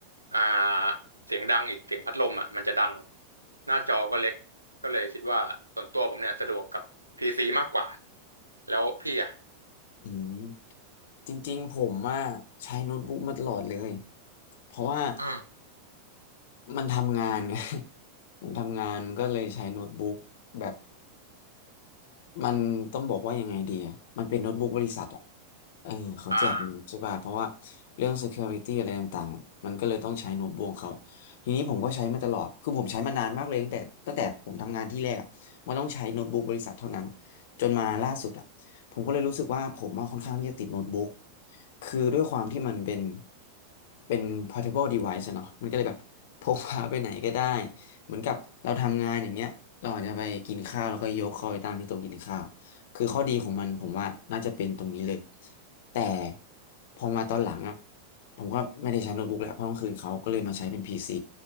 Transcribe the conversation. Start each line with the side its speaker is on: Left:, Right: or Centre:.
Right: อ่าเสียงดังอีกเสียงพัดลมอ่ะมันจะดังหน้าจอก็เล็กก็เลยคิดว่าส่วนตัวผมเนี่ยสะดวกกับพีซีมากกว่าแล้วพี่อ่ะ
Left: อืมจริงๆผมว่าใช้โน้ตบุ๊กมาตลอดเลยเพราะว่า
Right: อืม
Left: มันทำงานไง <laughs> ผมทำงานนก็เลยใช้โน้ตบุ๊กแบบมันต้องบอกว่ายังไงดีอะมันเป็นโน้ตบุ๊กบริษัทอะ เออเขาแจกมันใช่ป่ะเพราะว่า
Right: อ่า
Left: เรื่อง security อะไรต่างๆมันก็เลยต้องใช้โน้ตบุ๊กของเขาทีนี้ผมก็ใช้มาตลอดคือผมใช้มานานมากเลยตั้งแต่ตั้งแต่ผมทำงานที่แรกอ่ะมันต้องใช้โน้ตบุ๊กบริษัทเท่านั้นจนมาล่าสุดอ่ะผมก็เลยรู้สึกว่าผมมาค่อนข้างที่จะติดโน้ตบุ๊กคือด้วยความที่มันเป็นเป็น portable device อะเนาะมันก็เลยแบบ <laughs> พกพาไปไหนก็ได้เหมือนกับเราทำงานอย่างเงี้ยเราอาจจะไปกินข้าวแล้วก็ยกเข้าไปตั้งที่โต๊ะกินข้าว คือข้อดีของมันผมว่าน่าจะเป็นตรงนี้เลย แต่พอมาตอนหลังอ่ะผมก็ไม่ได้ใช้โน้ตบุ๊กแล้วเพราะต้องคืนเขาก็เลยมาใช้เป็น PC